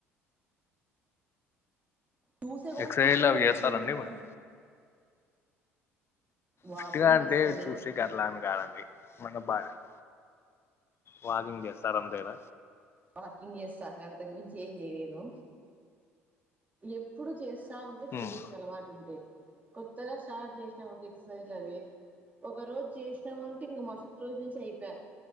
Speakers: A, on the right; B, on the left.
A: దూసేగౌట్
B: ఎక్సర్సైజ్లు
A: ఫిట్టుగా
B: అవి
A: అవుట్
B: చేస్తారండి
A: అయిందా.
B: మీరు
A: వాకింగ్
B: ఫిట్ గా అంటే
A: చేస్తాండి
B: చూసే. కేరళ ఆమె కాదండి. మన భారత్ వార్నింగ్ చేస్తారంతెన.
A: వాకింగ్ చేస్తా అండి అంతకు మించి ఏం చేయలేను. ఎప్పుడు చేస్తా. స్తా ఉంటే చెయొచ్చు
B: ఉమ్
A: అలవాటు ఉంటాయ్. కొత్తగా స్టార్ట్ చేసినమ్ అనుకో ఎక్ససైజు లు అవీ. ఒక రోజు చేసినం అంటే ఇంకా మరుసటి రోజు నుంచి అయిపాయ్.